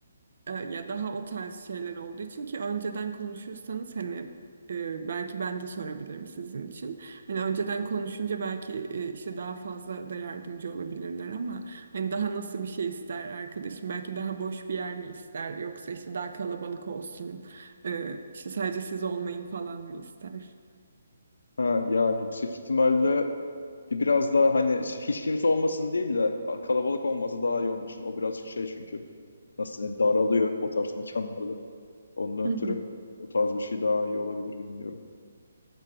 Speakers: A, on the right; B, on the left.
A: e, ya daha o tarz şeyler olduğu için ki önceden konuşursanız hani e, belki ben de sorabilirim sizin için. Hani önceden konuşunca belki e, işte daha fazla da yardımcı olabilirler ama hani daha nasıl bir şey ister arkadaşım? Belki daha boş bir yer mi ister yoksa işte daha kalabalık olsun. e, işte sadece siz olmayın falan mı ister?
B: Ha, ya yüksek ihtimalle biraz daha hani hiç kimse olmasın değil de kalabalık olması daha iyi onun için. O birazcık şey çünkü nasıl denir, daralıyor o tarz mekanlarda. Onun
A: Hı hı.
B: ötürü o tarz bir şey daha iyi olabilir bilmiyorum.